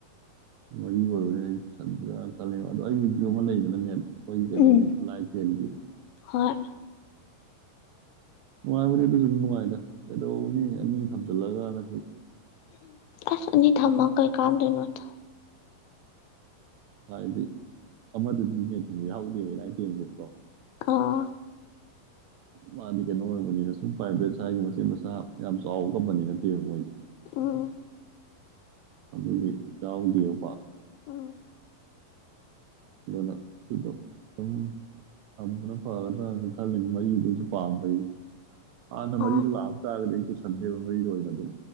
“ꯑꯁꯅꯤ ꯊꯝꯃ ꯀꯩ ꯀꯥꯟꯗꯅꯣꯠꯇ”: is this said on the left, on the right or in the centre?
Left